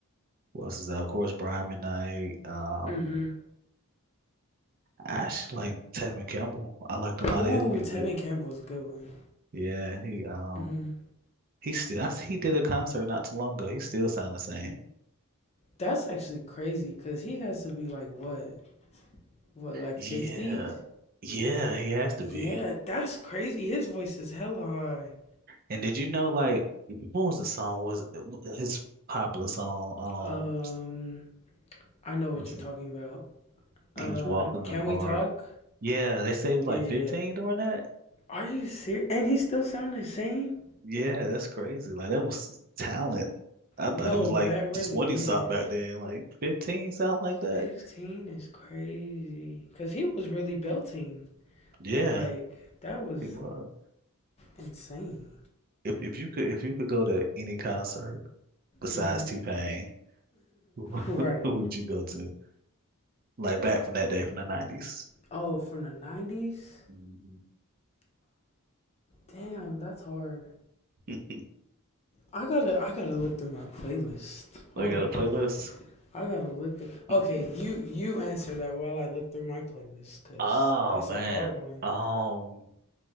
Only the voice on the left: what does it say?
Mm-hmm.
Ooh,
Tevin Campbell's a good one.
hmm
That's actually crazy because he has to be like what? What, like
50s?
Yeah,
that's crazy. His voice is hella high.
Um,
I know what
you're
talking about. Uh,
can
we talk?
Yeah,
yeah,
yeah.
Are you serious? And he still sound the same?
No,
that really
is.
15 is crazy. Because he was really belting.
Like, that was
insane.
hmm
<laughs>
right.
Oh, from the 90s?
Damn, that's hard.
I gotta, I gotta look through my playlist. Hold
on.
I gotta look. Th- okay,
you you answer that while I look through my playlist, cause
that's
a hard one.